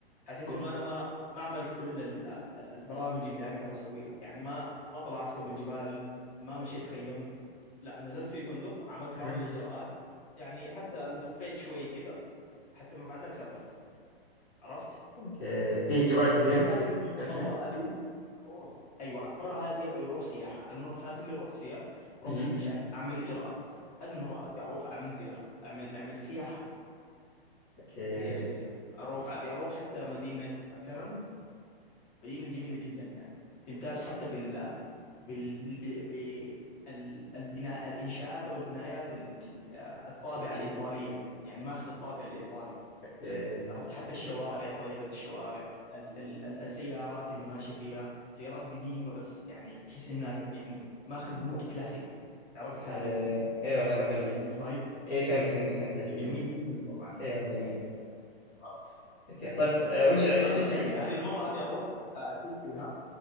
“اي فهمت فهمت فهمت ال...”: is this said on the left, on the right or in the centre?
Left